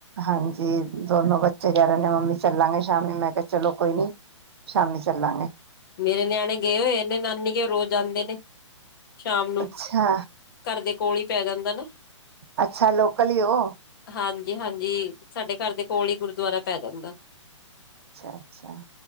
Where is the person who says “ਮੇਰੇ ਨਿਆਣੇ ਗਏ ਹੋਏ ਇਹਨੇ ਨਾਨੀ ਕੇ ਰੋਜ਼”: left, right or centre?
Left